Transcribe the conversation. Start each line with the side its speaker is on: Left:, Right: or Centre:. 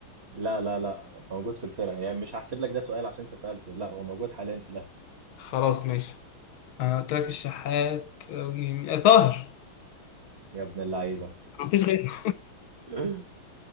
Right: لا لا لا موجود في الفرقة يعني مش هحسب لك ده سؤال عشان انت سألته لا هو موجود حاليا في الاهلي
Left: خلاص ماشي انا قلت لك الشحات أو جميل- آه، طاهر
Right: يا ابن اللعيبة
Left: مفيش غيره
Right: <laughs>